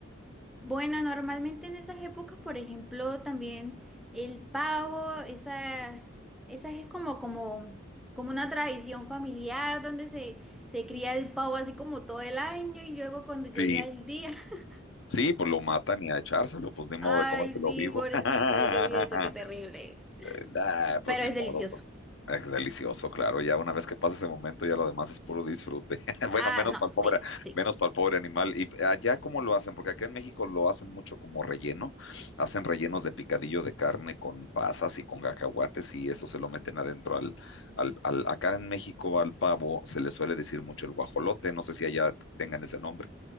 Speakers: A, in the centre; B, on the left.
A: Bueno, normalmente en esas épocas, por ejemplo, también el pavo, esa, esa es como, como, como una tradición familiar donde se, se cría el pavo así como todo el año y luego cuando llega
B: Sí.
A: el día, <laughs>
B: Sí, pues lo matan y a echárselo, pues ni modo
A: ay,
B: de comértelo
A: sí,
B: vivo.
A: pobrecito,
B: <laughs>
A: yo vi eso, qué terrible.
B: Nah, pues
A: Pero
B: ni
A: es
B: modo.
A: delicioso.
B: pues. Es delicioso, claro. Ya una vez que pasa ese momento, ya lo demás es puro disfrute. <laughs>
A: Ah,
B: Bueno, menos
A: no,
B: para el pobre,
A: sí, sí.
B: menos para el pobre animal. ¿Y allá cómo lo hacen? Porque acá en México lo hacen mucho como relleno. Hacen rellenos de picadillo de carne con pasas y con cacahuates y eso se lo meten adentro al, al, al- acá en México al pavo se le suele decir mucho el guajolote. No sé si allá tengan ese nombre.